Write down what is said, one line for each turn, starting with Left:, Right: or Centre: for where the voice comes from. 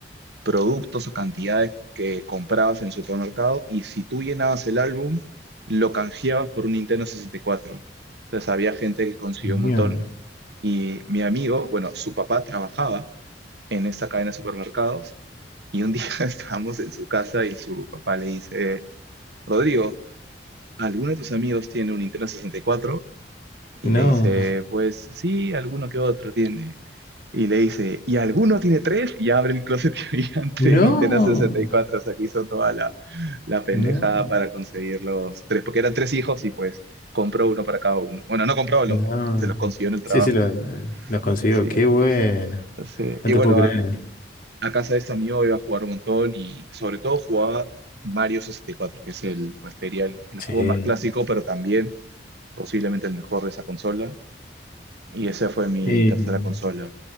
Right: productos o cantidades que comprabas en el supermercado, y si tú llenabas el álbum, lo canjeabas por un Nintendo 64. Entonces había gente que consiguió
Left: Mierda.
Right: un montón. Y mi amigo, bueno, su papá trabajaba en esta cadena de supermercados y un día <laughs> estábamos en su casa y su papá le dice, Rodrigo, ¿alguno de tus amigos tiene un Nintendo 64? Y cuatro? Y
Left: No.
Right: le dice, pues sí, alguno que otro tiene. Y le dice, ¿y alguno tiene tres? Y abre el closet <laughs> y habían tres
Left: No.
Right: Nintendo 64. O sea, que hizo toda la, la pendejada
Left: No.
Right: para conseguir los tres, porque eran tres hijos y pues compró uno para cada uno. Bueno, no compró,
Left: No.
Right: lo- se los consiguió en el trabajo.
Left: Sí, sí, lo, lo- lo consiguió.
Right: Sí,
Left: Qué bueno.
Right: sí.
Left: No
Right: Y
Left: te
Right: bueno,
Left: puedo creer.
Right: a casa de este amigo iba a jugar un montón y sobre todo jugaba Mario 64, que es el, pues te diría, el, el
Left: Sí.
Right: juego más clásico, pero también posiblemente el mejor de esa consola. Y esa fue mi
Left: Sí.
Right: tercera consola.